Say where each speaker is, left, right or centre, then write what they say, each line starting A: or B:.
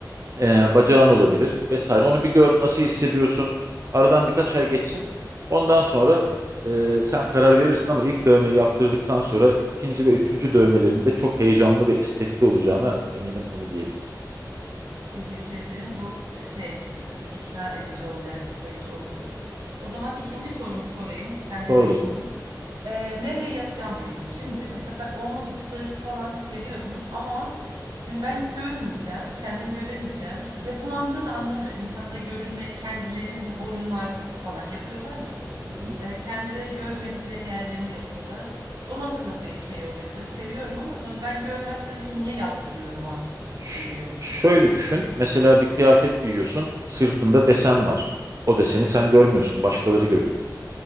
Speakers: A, on the right; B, on the right.
A: e, bacağın olabilir vesaire. Onu bir gör nasıl hissediyorsun. Aradan birkaç ay geçsin. Ondan sonra e, sen karar verirsin ama ilk dövmeyi yaptırdıktan sonra ikinci ve üçüncü dövmelerinde çok heyecanlı ve istekli olacağına eminim onu diyebilirim.
B: Teşekkür ederim. Bu e, şey e, ikna edici oldu, ya, açıklayıcı oldu. O zaman ikinci sorumu sorayım. Sen de
A: Sonra
B: değindin.
A: bakalım.
B: Ee, nereye yapacağımla ilgili. Şimdi mesela ben omuz, sırt falan seviyorum ama şimdi ben görmeyeceğim, kendim göremeyeceğim ve bu mantığı da anlamıyorum. İnsanlar görünmeye kendilerini mesela boynun arkası falan yapıyorlar ya.
A: Hı hı.
B: E, kendileri görmedikleri yerlerini yapıyorlar. O nasıl bir şey oluyor? Mesela seviyorum ama sonra ben görmezsem peki niye yaptırıyorum ha
A: Ş-
B: geliyorum.
A: şöyle düşün. Mesela bir kıyafet giyiyorsun, sırtında desen var. O deseni sen görmüyorsun, başkaları görüyor.